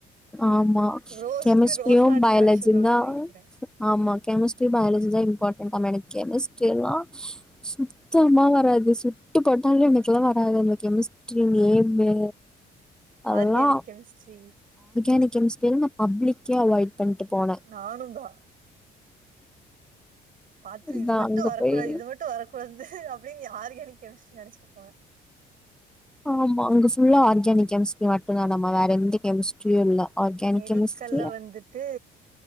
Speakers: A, in the centre; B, on the right.
A: ஆமா
B: ரோஸ்க்கு
A: கெமிஸ்ட்ரியு
B: ரோசாலியான்னு
A: பயாலஜியுந்தா
B: சொல்லுவாங்கன்னு நெனைக்கிறே
A: ஆமா கெமிஸ்ட்ரி பயா லஜிதா இம்பார்ட் டனாமா எனக் கெமிஸ்ட்ரி எல்லா சுத்தமா வராது சுட்டு போட்டாலு எனக்கெல்லா வராது நம்ளுக்கு கெமிஸ்ட்ரி நேம்மு அதெல்லா
B: ஆர்கானிக் கெமிஸ்ட்ரி
A: எனக்கு <unintelligible> பப்ளிக்கே அவாய்ட் பண்ட்டு போனே
B: நானுந்தா பாத்து
A: இதா
B: இது மட்டு
A: அங்க
B: வரக்கூடாது
A: போய்
B: இது மட்டு வரக்கூடாது அப்டீன் யாரு ஆர்கானிக் கெமிஸ்ட்ரி நெனச்சிட்டு போனே
A: ஆமா அங்க ஃபுல்லா ஆர்கானிக் கெமிஸ்ட்ரி மட்டு தானாமா வேற எந்த கெமிஸ்ட்ரியு இல்ல ஆர்கானிக்
B: மெடிக்கல்ல
A: கெமிஸ்ட்ரி
B: வந்துட்டு